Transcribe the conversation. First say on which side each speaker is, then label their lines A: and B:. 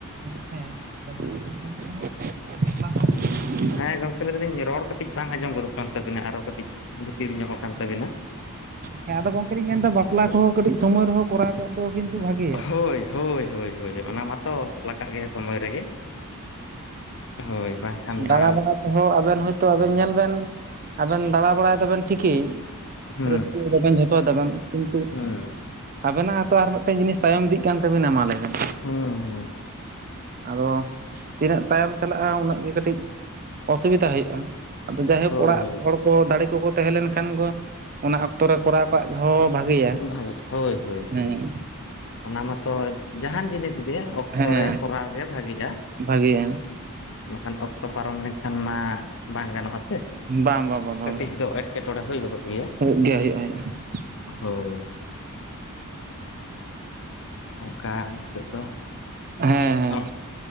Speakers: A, on the right; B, on the left.
A: <unintelligible> ᱦᱮᱸ ᱟᱫᱚ ᱦᱩᱭᱩᱜ ᱠᱟᱱᱟ <unintelligible>
B: ᱦᱮᱸ ᱜᱚᱝᱠᱮ ᱞᱟᱹᱭ ᱫᱟᱞᱤᱧ ᱨᱚᱲ ᱠᱟᱹᱴᱤᱡ ᱵᱟᱝ ᱟᱸᱡᱚᱢ ᱜᱚᱫᱚᱜ ᱠᱟᱱ ᱛᱟᱵᱤᱱᱟ ᱟᱨᱚ ᱠᱟᱹᱴᱤᱡ ᱵᱷᱤᱛᱤᱨ ᱧᱚᱜ ᱟᱠᱟᱱ ᱛᱟᱵᱤᱱᱟ᱾
A: ᱦᱮᱸ ᱟᱫᱚ ᱜᱚᱝᱠᱮ ᱞᱤᱧ ᱢᱮᱱᱫᱟ ᱵᱟᱯᱞᱟ ᱠᱚᱦᱚᱸ ᱠᱟᱹᱴᱤᱡ ᱥᱚᱢᱚᱭ ᱨᱮᱦᱚᱸ ᱠᱚᱨᱟᱣ ᱠᱟᱜ ᱫᱚ ᱠᱤᱱᱛᱩ ᱵᱷᱟᱜᱤ
B: ᱦᱳᱭ ᱦᱳᱭ ᱦᱳᱭ ᱚᱱᱟ ᱢᱟᱛᱚ ᱞᱟᱜᱟᱜ ᱜᱮᱭᱟ ᱥᱳᱢᱳᱭ ᱨᱮᱜᱮ᱾ ᱦᱳᱭ ᱵᱟᱝᱠᱷᱟᱱ
A: ᱫᱟᱬᱟ
B: ᱫᱟᱜ
A: ᱵᱟᱲᱟ ᱛᱮᱦᱚᱸ ᱟᱵᱮᱱ ᱦᱚᱭᱛᱳ ᱟᱵᱮᱱ ᱧᱮᱞ ᱵᱮᱱ ᱟᱵᱮᱱ ᱫᱟᱬᱟ ᱵᱟᱲᱟᱭ ᱫᱟᱵᱮᱱ ᱴᱷᱤᱠᱮᱭ
B: ᱦᱩᱸ
A: ᱨᱟᱹᱥᱠᱟᱹᱭ
B: ᱦᱩᱸ
A: ᱫᱟᱵᱮᱱ ᱡᱷᱚᱛᱚᱭ ᱫᱟᱵᱮᱱ ᱠᱤᱱᱛᱩ
B: ᱦᱩᱸ
A: ᱟᱵᱮᱱᱟᱜ ᱦᱚᱸᱛᱚ ᱟᱨ ᱢᱤᱫᱴᱮᱱ ᱡᱤᱱᱤᱥ ᱛᱟᱭᱚᱢ ᱤᱫᱤᱜ ᱠᱟᱱ ᱛᱟᱵᱮᱱᱟ ᱢᱟ ᱞᱟᱹᱭ ᱵᱮᱱ
B: ᱦᱩᱸ ᱦᱩᱸ᱾
A: ᱟᱫᱚ ᱛᱤᱱᱟᱹᱜ ᱛᱟᱭᱚᱢ ᱪᱟᱞᱟᱜ-ᱟ ᱩᱱᱟᱹᱜ ᱜᱮ ᱠᱟᱹᱴᱤᱡ ᱚᱥᱩᱵᱤᱫᱟ ᱦᱩᱭᱩᱜ-ᱟ᱾ ᱟᱫᱚ ᱡᱟᱭᱦᱳᱠ
B: ᱦᱳᱭ
A: ᱚᱲᱟᱜ
B: ᱦᱳᱭ
A: ᱦᱚᱲ ᱠᱚ ᱫᱟᱲᱮ ᱠᱚᱠᱚ ᱛᱟᱦᱮᱸ ᱞᱮᱱ ᱠᱷᱟᱱ ᱠᱚ ᱚᱱᱟ ᱚᱠᱛᱚ ᱨᱮ ᱠᱚᱨᱟᱣ ᱠᱟᱫ ᱦᱚᱸ ᱵᱷᱟᱜᱮᱭᱟ,
B: ᱵᱷᱟᱜᱮ ᱦᱳᱭ ᱦᱳᱭ
A: ᱦᱩᱸ
B: ᱦᱳᱭ ᱚᱱᱟ ᱢᱟᱛᱚ ᱡᱟᱦᱟᱸᱱ ᱡᱤᱱᱤᱥ ᱜᱮ ᱚᱠᱛᱚ
A: ᱦᱮᱸ
B: ᱨᱮ ᱠᱚᱨᱟᱣ ᱜᱮ ᱵᱷᱟᱜᱤᱜ-ᱟ᱾
A: ᱵᱷᱟᱜᱮᱭᱟ
B: ᱵᱟᱠᱷᱟᱱ ᱚᱠᱛᱚ ᱯᱟᱨᱚᱢ ᱞᱮᱱᱠᱷᱟᱱ ᱢᱟ ᱵᱟᱝ ᱜᱟᱱᱚᱜ-ᱟ ᱥᱮ,
A: ᱵᱟᱝ ᱵᱟᱝ ᱵᱟᱝ ᱵᱟᱝ
B: ᱠᱟᱹᱴᱤᱡ ᱫᱚ ᱮᱴ ᱮᱴᱠᱮᱴᱚᱬᱮ ᱦᱩᱭ ᱜᱚᱫᱚᱜ ᱜᱮᱭᱟ᱾
A: ᱦᱩᱭᱩᱜ ᱜᱮᱭᱟ ᱦᱩᱭᱩᱜ-ᱟ ᱦᱩᱭᱩᱜ-ᱟ᱾
B: ᱦᱳᱭ ᱾ ᱚᱝᱠᱟ ᱱᱤᱛᱚᱜ ᱫᱚ,
A: ᱦᱮᱸ
B: ᱚ
A: ᱦᱮᱸ